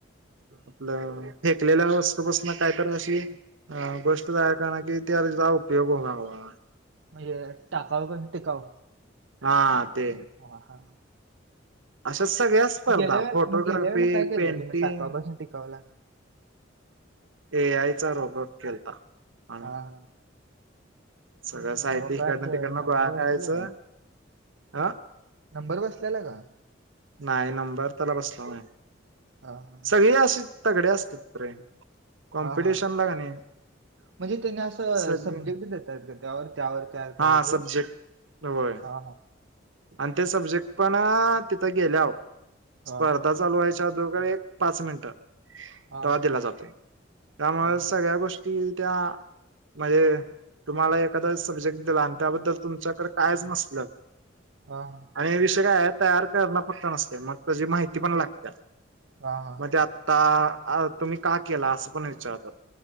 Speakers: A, on the right (about 85°); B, on the right (about 70°).
A: आपलं फेकलेल्या वस्तूपसन काय कर अशी? अ गोष्ट झाया कारण कि, त्या वेळेस तिचा उपयोग होणार नाय.
B: म्हणजे टाकाव पणसण टिकावू.
A: हा हा ते!
B: वाहा!
A: अशा सगळ्या स्पर्धा
B: गेल्या
A: फोटोग्राफी
B: मंग गेल्या वेळे ला काय केललं
A: पेंटिंग
B: तुम्ही टाकापासून टिकावूला.
A: ए आय चा रोबट केलता. आम्ही
B: हा हा!
A: सगळं
B: मग
A: साहित्य
B: तेव्हा
A: इकडनं
B: काय असं,
A: तिकडनं
B: नंबर
A: गोळा करायचं
B: बसलेला का,
A: ह
B: नंबर बसलेला का?
A: नाही नंबर त्याला बसला नाही,
B: हा हा
A: सगळी अशी तगडे असतात रे! कॉम्पिटिशन
B: हा हा
A: ला का नाही!
B: म्हणजे त्यानी असं
A: सगळे
B: सब्जेक्ट देतात का, त्यावर त्यावर तयार करायचं?
A: हा सब्जेक्ट होय
B: हा हा
A: आण ते सब्जेक्ट पणं तिथं गेल्याव स्प
B: हा
A: र्धा चालू व्हायच्या आदुगर एक पाच मिनिटं
B: हा
A: तव्हा दिला जातोय त्यामुळे
B: हा
A: सगळ्या गोष्टील त्या म्हणजे तुम्हाला एखादा सब्जेक्ट दिला, आण त्याबद्दल तुमच्याकडं कायंच नसलं
B: हा-हा
A: आणि विषय काय आहे तयार करणं फक्त नसतय मग त्याची माहिती पण लागत्या
B: हा हा
A: मग त्यात आता अ तुम्ही का केला? असं पण विचारतात